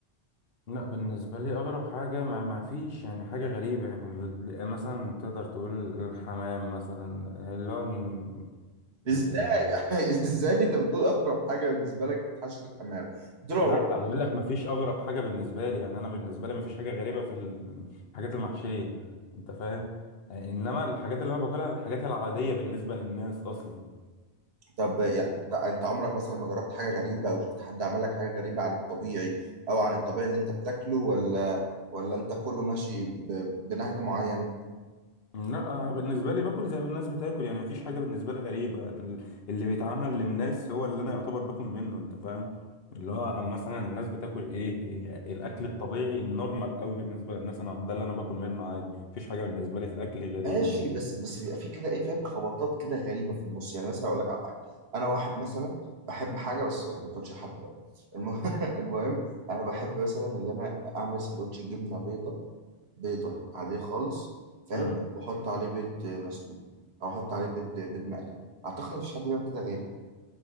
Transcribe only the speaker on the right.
ازاي
يعني <laughs> ازاي انت بتقول اغرب حاجه بالنسبه لك تحشي الحمام؟ طول عمرك
طب يعني انت انت عمرك مثلا ما جربت حاجه غريبه او شفت حد عمل لك حاجه غريبه عن الطبيعي او عن الطبيعي اللي انت بتاكله ولا ولا انت كله ماشي ب... بنهج معين؟
ماشي
بس بس بيبقى في كده ايه فاهم خبطات كده غريبه في النص يعني مثلا اقول لك على حاجه انا واحد مثلا بحب حاجه بس ما تقولش لحد بقى الم... <laughs> المهم انا بحب مثلا ان انا اعمل سندوتش جبنه بيضه بيضة عادية خالص فاهم
وأحط عليه بيض مسلوق أو أحط عليه بيض بيض مقلي أعتقد مفيش حد بيعمل كده غيري